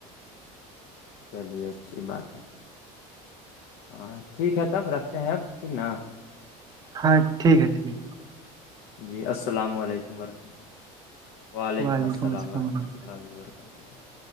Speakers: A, on the left; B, on the right.
A: چلیے اچھی بات ہے ہاں ٹھیک ہے تب رکھتے ہیں اب ٹھیک نا
B: ہاں ٹھیک ہے ٹھیک ہے
A: السلام علیکم
B: وعلیکم السلام
A: تو
B: ورحمۃ